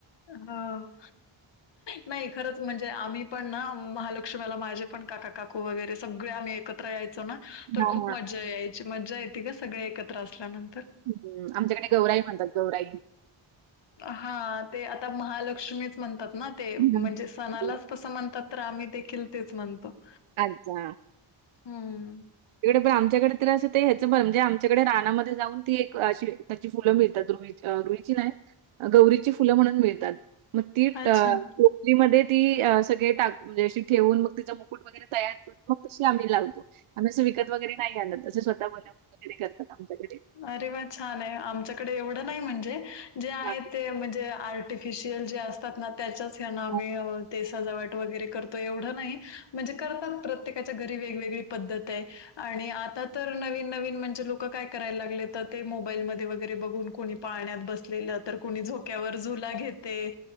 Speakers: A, on the left (about 55°); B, on the right (about 75°).
A: हो नाही खरंच म्हणजे आम्ही पण ना महालक्ष्मीला माझे पण काका काकू वगैरे सगळे आम्ही एकत्र यायचो ना
B: हां,
A: तर खूप
B: हां.
A: मज्जा यायची मज्जा येते का सगळे एकत्र असल्यानंतर.
B: हम्म आमच्याकडे गौराई म्हणतात गौराई
A: हा ते आता महालक्ष्मीच म्हणतात ना ते म्हणजे
B: हं.
A: सणालाच कसं म्हणतात तर आम्ही देखील तेच म्हणतो
B: अच्छा
A: हम्म
B: तिकडे पण आमच्याकडे तर असं ते हचंर म्हणजे आमच्याकडे रानामध्ये जाऊन ती एक अशी त्याची फुलं मिळतात रु रुची नाही गौरीची फुलं म्हणून मिळतात मग ती
A: अच्छा.
B: मध्ये ती अ सगळे टाक म्हणजे अशी ठेवून मग तिचा मुकुट तयार कर मग त आम्ही लावतो आम्ही असं विकत वगैरे नाही आलं त असे स्वतः बोव वगैर करतात आमच्याकडे
A: अरे वा छान आहे आमच्याकडे एवढं नाही म्हणजे जे आहे
B: हां.
A: ते म्हणजे आर्टिफिशियल जे असतात ना त्याच्याच ना आम्ही
B: हो.
A: ते सजावट वगैरे करतो एवढ नाही म्हणजे करतात प्रत्येकाच्या घरी वेगवेगळी पद्धत आहे आणि आता तर नवीन नवीन म्हणजे लोक काय करायला लागले तर ते मोबाईल मधे वगैरे बघून कोणी पाळण्यात बसलेलं तर कुणी झोक्यावर झुल घेते.